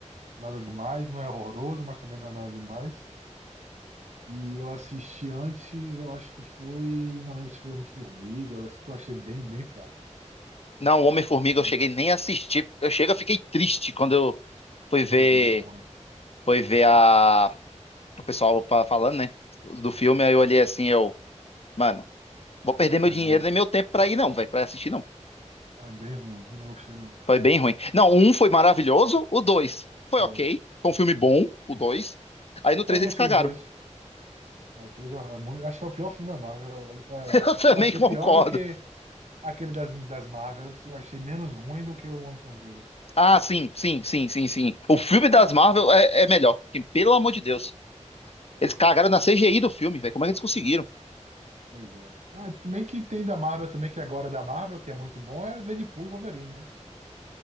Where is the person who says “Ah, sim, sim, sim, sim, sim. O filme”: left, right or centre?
Left